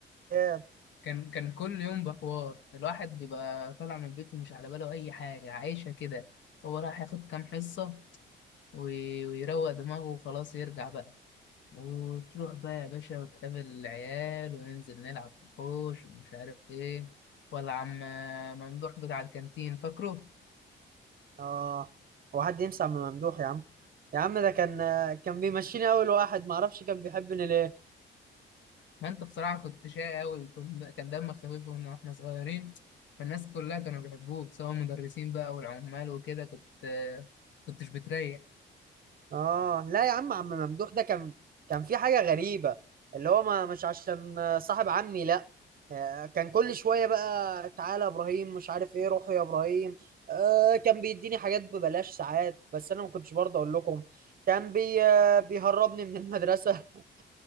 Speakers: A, on the right; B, on the left.
A: أيام
B: كان كان كل يوم بحوار الواحد بيبقى طالع من بيته مش على باله اي حاجة عايشة كده هو راح ياخد كام حصة وي- ويروق دماغه وخلاص يرجع بقى وتروح بقى يا باشا وتقابل العيال وننزل نلعب في الحوش ومش عارف ايه ولا عم ممدوح بتاع الكانتين فاكره؟
A: اه هو حد ينسى عم ممدوح يا عم يا عم ده كان كان بيمشيني أول واحد معرفش كان بيحبني ليه
B: ما انت بصراحة كنت شقي أوي كنت كان دمك خفيف وإن واحنا صغيرين فالناس كلها كانوا بيحبوك سواء المدرسين بقى والعمال وكده كنت كنتش بتريح
A: اه لا يا عم عم ممدوح ده كان كان في حاجة غريبة اللي هو ما مش عشان صاحب عمي لا آه، كان كل شوية بقى تعالى يا ابراهيم مش عارف ايه روحوا يا ابراهيم آه كان بيديني حاجات ببلاش ساعات بس انا ما كنتش برضه اقول لكم كان بي آه، بيهربني من المدرسة <laughs>